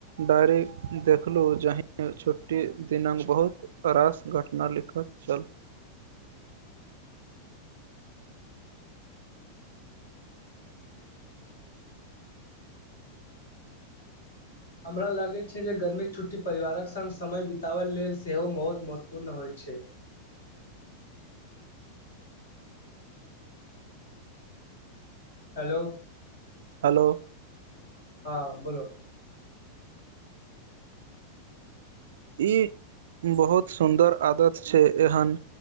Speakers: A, on the right (about 60°); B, on the left (about 65°).
A: डायरी देखलु जांही छुट्टी दिनक बहुत आओर आस घटना लिखत छल
B: हमरा लगैत छै जे गर्मीक छुट्टी परिवारक संग समय बिताबय लेल सेहो महुत महत्वपूर्ण होइत छै हेलो
A: हेलो
B: हँ बोलो
A: ई बहुत सुन्दर आदत छै एहन